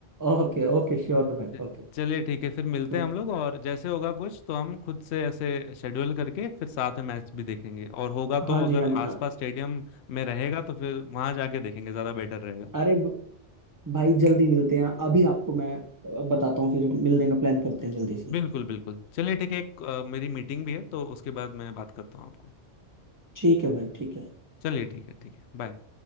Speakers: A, on the right; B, on the left.
A: Okay okay sure भाई
B: च-
A: ओके
B: चलिए ठीक है फिर मिलते
A: श्योर
B: हैं हम लोग और जैसे होगा कुछ तो हम खुद से ऐसे शेड्यूल करके फिर साथ में मैच भी देखेंगे और होगा
A: हाँ
B: तो अगर
A: जी हाँ जी
B: आसपास
A: हाँ।
B: स्टेडियम में रहेगा तो फिर वहां जाके देखेंगे ज्यादा बेटर रहेगा
A: अरे ब- भाई जल्दी मिलते हैं अभी आपको मैं अ, बताता हूँ फिर मिलने का प्लान करते हैं जल्दी से
B: बिल्कुल बिल्कुल चलिए ठीक है एक अ, मेरी मीटिंग भी है तो उसके बाद मैं बात करता हूँ आपको
A: ठीक है भाई ठीक है
B: चलिए ठीक है ठीक है बाय